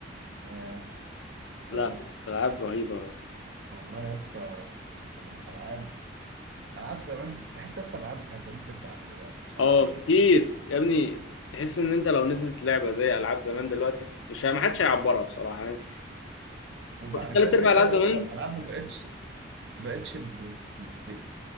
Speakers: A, on the right; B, on the left.
A: آه،
B: لا
A: فاهم؟
B: لا، العاب رهيبه
A: والله يا اسطى أنا الألعاب ألعاب زمان تحس أصلا الألعاب بتاعت زمان تفرق عن دلوقتي مش عارف
B: اه
A: ليه
B: كتير يا ابني تحس ان انت لو نزلت لعبه زي العاب زمان دلوقتي مش ما حدش هيعبرها بصراحه يعني
A: وبعد كده
B: ثلاث
A: غير
B: ارباع
A: كده
B: العاب زمان
A: يس الالعاب ما بقتش ما بقتش ب... ب...